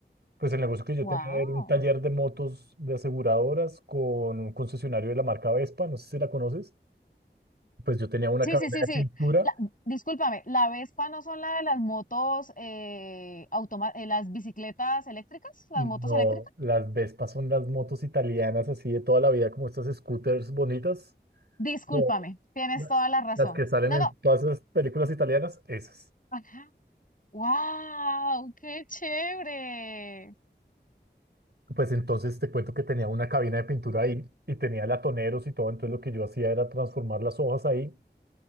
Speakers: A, on the right; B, on the left.
A: Pues el negocio que yo
B: ¡Wow!
A: tenía era un taller de motos de aseguradoras con un concesionario de la marca Vespa, no sé si la conoces. Pues yo tenía una
B: Sí,
A: cabina
B: sí, sí,
A: de
B: sí.
A: pintura.
B: La- discúlpame, ¿la Vespa no son la de las motos, eh, automa- eh, las bicicletas eléctricas? ¿Las
A: No,
B: motos eléctricas?
A: las Vespas son las motos italianas así de toda la vida, como estas scooters bonitas.
B: Discúlpame,
A: o
B: tienes
A: la-
B: toda la razón.
A: las que salen
B: No,
A: en
B: no.
A: todas esas películas italianas, esas.
B: Ajá. ¡Wow! ¡Qué chévere!
A: Pues entonces te cuento que tenía una cabina de pintura ahí y tenía latoneros y todo, entonces lo que yo hacía era transformar las hojas ahí